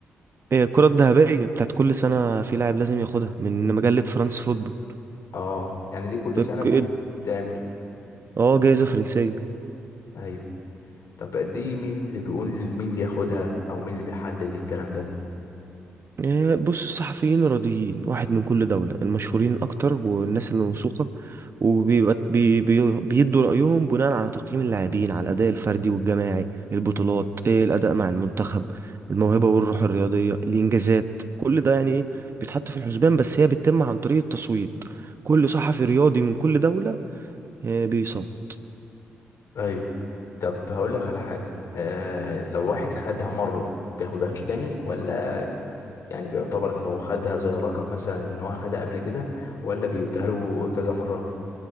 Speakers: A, on the right; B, on the left.
A: هي الكرة الذهبية بتاعت كل سنة في لاعب لازم ياخدها من مجلة فرانس فوتبول
B: اه يعني دي كل
A: الك-
B: سنة بت- بتتعمل
A: اه جايزة فرنسية
B: ايوه طب دي مين اللي بيقول مين اللي ياخدها او مين اللي بيحدد الكلام ده
A: آه، بص الصحفيين الرياضيين واحد من كل دولة المشهورين أكتر والناس الموثوقة وبيبقى بي بي بيدوا رأيهم بناء على تقييم اللاعبين على الأداء الفردي والجماعي البطولات آه، الأداء مع المنتخب الموهبة والروح الرياضية الإنجازات كل ده يعني إيه بيتحط في الحسبان بس هي بتتم عن طريق التصويت كل صحفي رياضي من كل دولة آه، بيصوت
B: ايوه طب هقول لك على حاجة آه لو واحد خدها مرة بياخدهاش تاني ولا يعني بيعتبر انه خدها زي لقب مثلا ان هو خدها قبل كده ولا بيديها له كذا مرة